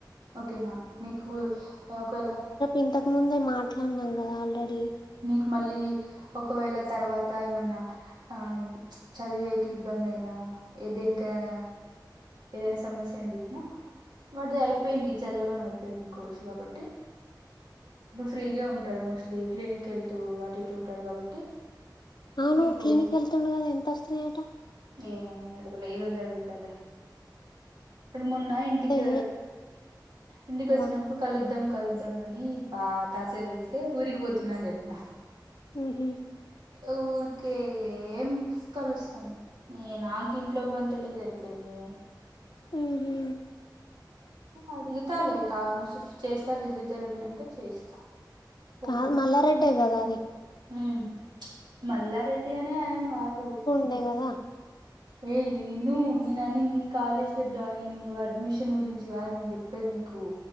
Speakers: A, on the right; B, on the left.
A: ఓకేనా నీకు ఒకవేళ
B: ఇంతకుముందే మాట్లాడినాం గదా ఆల్రెడీ
A: నీకు మళ్ళీ ఒకవేళ తర్వాత ఏమన్నా ఆ చదివేకి ఇబ్బంది అయినా ఏ దేనికైనా ఏదైనా సమస్య అని బిటిన్నా వాడిది అయిపోయింది చదవడం అయిపోయింది కోర్సు కాబట్టి ఇప్పుడు ఫ్రీగే ఉంటాడు మోస్ట్లీ క్లీనిక్ వెళ్తూ అటు ఇటు ఉంటాడు కాబట్టి
B: అవును
A: నీకు
B: క్లీనిక్ యెళ్తుండు గదా ఎంత వస్తున్నాయట
A: ఏమో నేను అడగలే ఈ రోజు అడుగుతాలే వాడు మొన్న ఇ ఇంటికా
B: అదే
A: ఇంటికి వచ్చిన
B: మా
A: నప్పుడు కలుద్దాం కలుద్దాం అని బాగ టార్చర్ చేస్తే ఊరికిపోతున్నా అని చెప్పిన
B: ఉమ్ హు
A: ఊరికే ఏం కలుస్తాం నీ నాకు ఇంట్లో పనితోటే సరిపోయింది
B: హ్మ్ హు
A: అడుగుతా లే కా నువ్ షిప్చేస్త ఫిజియోథెరపీ అంటే చేస్తా ఫోన్
B: కాద్ మల్లారెడ్డే గదా అది
A: ఉమ్ మల్లారెడ్డి అనే ఏమ్ గాదు
B: అంతే గదా
A: ఏయ్ విను నేనన్నింది కాలేజ్ లో జాయినింగ్ అడ్మిషన్ గురించి గాద్ నేన్ చెప్పేద్ నీకు